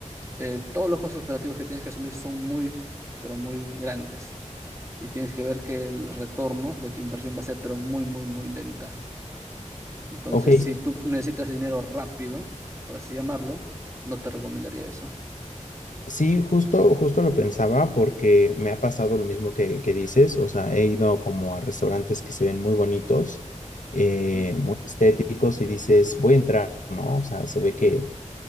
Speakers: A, on the right; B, on the left.
A: eh, todos los costos operativos que tienes que asumir son muy, pero muy grandes y tienes que ver que el retorno de tu inversión va a ser pero muy, muy, muy lenta. Entonces,
B: ok,
A: si tú necesitas dinero rápido, por así llamarlo, no te recomendaría eso.
B: Sí, justo, justo lo pensaba porque me ha pasado lo mismo que, que dices, o sea, he ido como a restaurantes que se ven muy bonitos, eh,
A: Ujú,
B: muy estéticos y dices, voy a entrar, ¿no? O sea, se ve que,